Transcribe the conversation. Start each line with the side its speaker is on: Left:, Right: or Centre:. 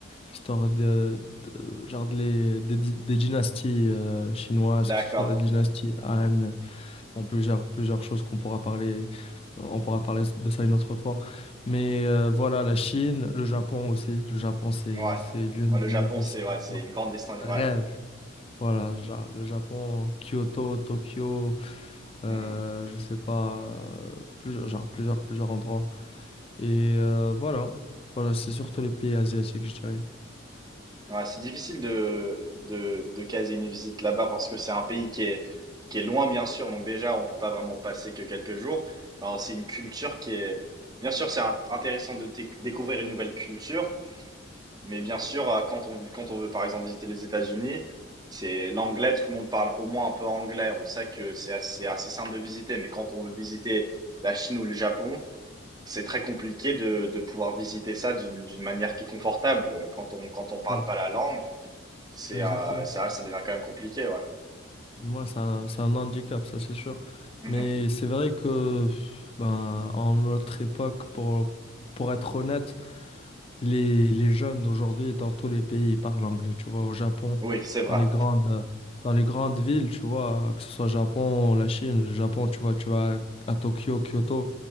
Left: l'histoire de, de- genre de les- des, di- des dynasties euh, chinoises,
Right: D'accord.
Left: que ce soit la dynastie Han, bon, plusieurs, plusieurs choses qu'on pourra parler, on pourra parler de ça une autre fois. Mais euh, voilà, la Chine, le Japon aussi. Le Japon, c'est,
Right: Ouais.
Left: c'est l'une
Right: Ouais,
Left: de
Right: le Japon,
Left: mes destinations
Right: c'est ouais, c'est une grande destination.
Left: rêve.
Right: Ouais.
Left: Voilà, ja- le Japon, Kyoto, Tokyo, euh,
Right: Mhm.
Left: je sais pas, euh, plusieurs, genre plusieurs, plusieurs endroits. Et euh, voilà, voilà, c'est surtout les pays asiatiques, je dirais.
Right: Ouais, c'est difficile de, de, de caser une visite là-bas parce que c'est un pays qui est, qui est loin, bien sûr. Donc déjà, on peut pas vraiment passer que quelques jours. Mais alors, c'est une culture qui est... Bien sûr, c'est int- intéressant de dé- découvrir une nouvelle culture, Mais bien sûr, euh, quand on, quand on veut par exemple visiter les États-Unis, c'est l'anglais, tout le monde parle au moins un peu anglais. On sait que c'est assez, assez simple de visiter, mais quand on veut visiter la Chine ou le Japon, c'est très compliqué de, de pouvoir visiter ça d'une, d'une manière qui est confortable. Quand on, quand on parle
Left: Ouais,
Right: pas la langue, c'est,
Left: ouais, exactement.
Right: euh, ça, ça devient quand même compliqué, ouais.
Left: Moi, c'est un, c'est un handicap, ça c'est sûr.
Right: Mhm.
Left: Mais c'est vrai que, pff, ben, en notre époque, pour, pour être honnête, Les, les jeunes d'aujourd'hui, dans tous les pays, ils parlent anglais, tu vois. Au Japon,
Right: Oui, c'est vrai.
Left: dans les grandes, dans les grandes villes, tu vois, que ce soit Japon, la Chine, le Japon, tu vois, tu vas à Tokyo, Kyoto,